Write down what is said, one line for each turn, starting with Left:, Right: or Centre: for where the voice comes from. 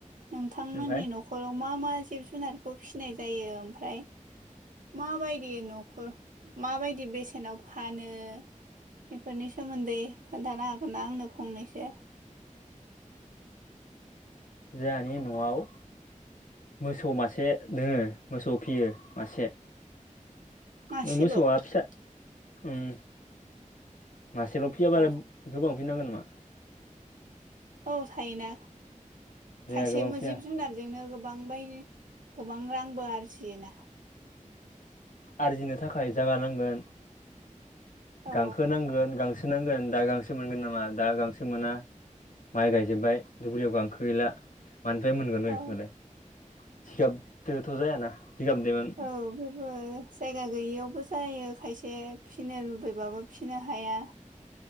Right: नोंथांमोननि
Left: ओमफ्राय
Right: न'खर नखराव मा मा जिब जुनारखौ फिसिनाय जायो ओमफ्राय? माबायदि न'खर माबायदि बेसेनाव फानो बेफोरनि सोमोन्दै खोन्थानो हागोन ना आंनो फंनैसो?
Left: जाहानि न'आव मोसौ मासे दोङो मोसौ फियो मासे।
Right: मासेल'
Left: बे मोसौआ फिसा उम मासेल' फियाबाल
Right: अ
Left: गोबां फिनांगोन नामा?
Right: औ थायोना।
Left: जाया
Right: खायसे
Left: गोबां फिया
Right: जिब जुनारजोंनो गोबां बायदि गोबां रांबो आरजियोना।
Left: आरजिनो थाखाय जागानांगोन।
Right: औ
Left: गांखो नांगोन गांसो नांगोन। दा गांसो मोनगोन नामा? दा गांसो मोना। माइ गायजोबबाय दुब्लियाव गांसो गैला। मानिफ्राय मोनगोन बेखौबालाय
Right: औ
Left: जिगाबदोथ' जायाना जिगाबदोंमोन
Right: औ बेबो जायगा गैयियावबो जायो खायसे फिसिनो लुबैबाबो फिसिनो हाया।